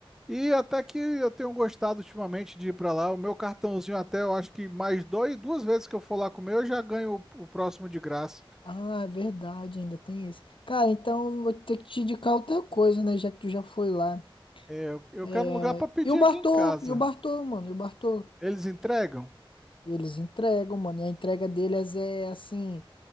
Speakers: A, in the centre; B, on the left.
A: E até que eu tenho gostado ultimamente de ir pra lá. O meu cartãozinho até, eu acho que mais dois, duas vezes que eu for lá comer, eu já ganho o, o próximo de graça.
B: Ah, é verdade, ainda tem isso. Cara, então eu vou ter que te indicar outra coisa, né? Já que tu já foi lá.
A: É, eu, eu
B: É...
A: quero um lugar pra pedir
B: E o Bartô,
A: aqui em casa.
B: e o Bartô, mano, e o Bartô.
A: Eles entregam?
B: Eles entregam, mano. E a entrega deles é assim,